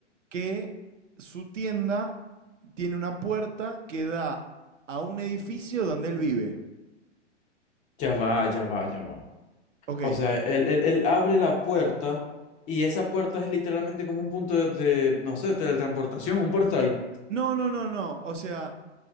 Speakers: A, on the right; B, on the left.
A: que su tienda tiene una puerta que da a un edificio donde él vive.
B: ya va, ya va, ya va.
A: Ok.
B: O sea, él, él- él abre la puerta y esa puerta es literalmente como un punto de, de, no sé, teletransportación, un portal.
A: No, no, no, no. O sea,